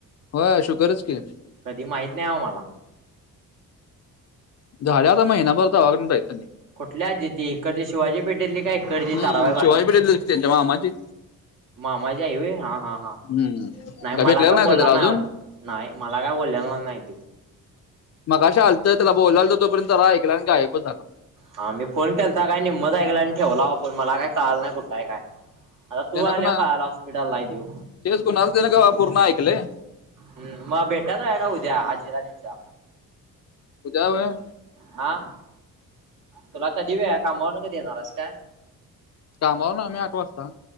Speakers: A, on the left; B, on the right.
A: व्हय शुगरच कि.
B: कधी माहीत नाही आम्हाला.
A: झालयं आता महिनाभर दवाखान्यात हाईत तेनी.
B: कुठली आजी ती हिकडली शिवाजी पेठेतली काय इकडची
A: हम्म
B: ताराबाई
A: शिवाजी पेठेतलीच कि त्यांच्या मामाची.
B: मामाची आई व्हय. हा, हा, हा
A: हम्म
B: नाही मला
A: भेटलेला
B: काय बोला
A: का त्याला
B: नाही
A: अजून
B: बाबा त्यो. नाही मला काय बोललेला नाही त्यो.
A: मगाशी आलतं त्याला बोलालतो तोपर्यंत जरा ऐकला आणि गायपच झाला.
B: हा मी फोन केलता काय निम्मच ऐकला आणि ठेवला बाबा फोन मला काय कळाल नाही कुठं हाय काय. आता
A: त्यानं
B: तू आल्यावर
A: कुणा
B: कळालं हॉस्पिटला हाय त्यो.
A: तेच कुणाला त्यानं का पूर्ण ऐकलंय
B: हम्म मग भेटाय जाऊया काय उद्या आज्जीला तेंच्या?
A: उद्या व्हय?
B: हां तुला कधी वेळ हाय कामावरन कधी येणार हाईस काय?
A: कामावर नाय मी आठ वाजता.